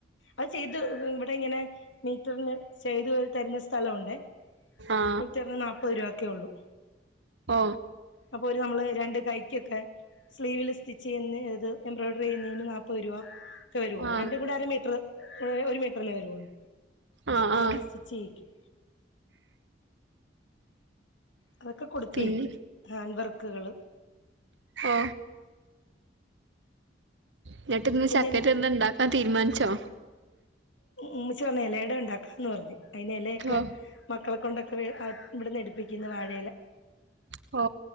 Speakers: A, on the left; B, on the right.
A: അത് ചെയ്ത് ഇവിടെ ഇങ്ങനെ മീറ്റർന്റെ ചെയ്ത് തരുന്ന സ്ഥലംഉണ്ടേ
B: ആ
A: ലിറ്ററിന് നാല്പ്പത് രൂപ ഒക്കെ ഉള്ളൂ
B: ഓ
A: അപ്പൊ ഒരു നമ്മള് രണ്ട് കൈക്കൊക്കെ സ്ലീവില് സ്റ്റിച്ച് ചെയ്യുന്നത് എംബ്രോയ്ഡറി ചെയ്യുന്നതിന് നാപ്പത് രൂപ ഒക്കെ വരുുള്ളൂ
B: ആ
A: രണ്ടും കൂടെ അര മീറ്ററ്രെ ഒരു മീറ്ററല്ലേ വരൊള്ളൂ
B: ആ
A: അങ്ങനെ
B: ആ
A: സ്റ്റിച്ച് ചെയ്യിക്കും. അതൊക്കെ കൊടുത്തയക്കും
B: പിന്നെ
A: ഹാൻഡ് വർക്കുകൾ
B: ഓ എന്നിട്ടിന്ന്
A: പിന്നെ
B: ചക്കറ്റ് എന്ത ഇണ്ടാക്കാൻ തീരുമാനിച്ചോ?
A: ഉമ്മിച്ചി പറഞ് എലയട ഉണ്ടാക്കാന്ന് പറഞ് അതിന് എലയൊക്കെ-
B: ഓ
A: മക്കളെ കൊണ്ടൊക്കെ ഇവിട്ന്ന് എടിപ്പിക്ക്യുന്നു വാഴയില.
B: ഓ